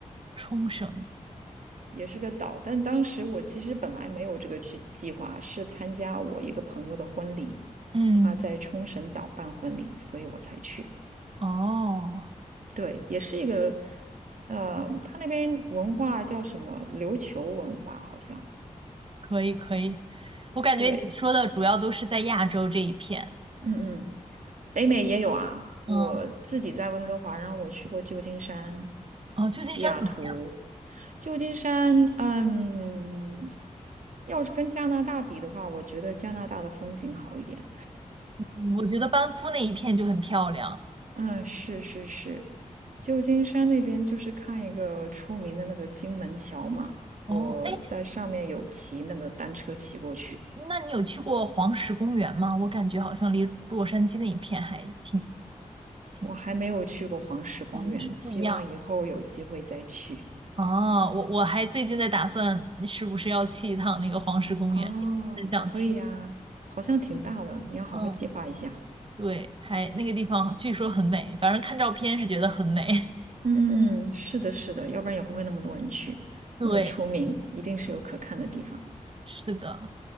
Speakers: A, on the right (about 40°); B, on the right (about 70°).
A: 冲绳。
B: 也是个岛。但当时我其实本来没有这个计计划，是参加我一个朋友的婚礼，
A: 嗯，
B: 他在冲绳岛办婚礼，所以我才去。
A: 哦，
B: 对，也是一个，呃，他那边文化叫什么？琉球文化好像。
A: 可以可以。我感觉你说的主要都是在亚洲这一片。
B: 对，嗯嗯，北美也有啊。
A: 嗯，
B: 我自己在温哥华，然后我去过旧金山、
A: 哦，旧金山怎么样？
B: 西雅图。旧金山，嗯，要是跟加拿大比的话，我觉得加拿大的风景好一点。
A: 嗯我觉得班夫那一片就很漂亮。
B: 嗯，是是是，旧金山那边就是看一个出名的那个金门桥嘛，
A: 哦，
B: 我在上面有骑那个单车骑过去，
A: 哎，那你有去过黄石公园吗？我感觉好像离洛杉矶那一片还挺挺近，
B: 我还没有去过黄石公园，
A: 哦，那是不一样。
B: 希望以后有机会再去。
A: 哦，我我还最近在打算是不是要去一趟那个黄石公园，
B: 哦，
A: 一直很想去。
B: 可以啊，好像挺大的，你要好好计划一下。
A: 嗯，对，还那个地方据说很美，反正看照片是觉得很美。
B: 嗯嗯嗯，是的，是的，要不然也不会那么多人去，
A: <laughs> 对，
B: 那么出名，一定是有可看的地方。
A: 是的，